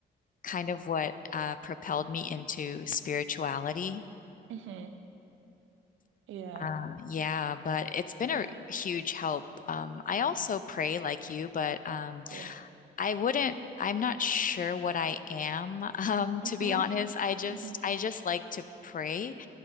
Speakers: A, on the left; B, on the right.
A: kind of what uh, propelled me into spirituality.
B: hmm Yeah.
A: Uh, yeah, but it's been a huge help. Um, I also pray like you, but um,
B: Yeah.
A: I wouldn't, I'm not sure what I am, <laughs> um, to
B: hmm
A: be honest. I just,
B: hmm
A: I just like to pray.